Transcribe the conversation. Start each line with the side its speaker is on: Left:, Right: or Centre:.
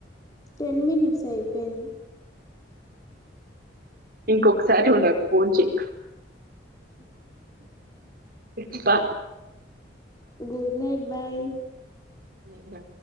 Left: టెన్ మినట్స్ అయిపొయింది
Right: ఇంకొకసారి నువ్వు నాకు ఫోన్ చేయకు ఇంకా
Left: గుడ్ నైట్ బాయ్
Right: లేదు రా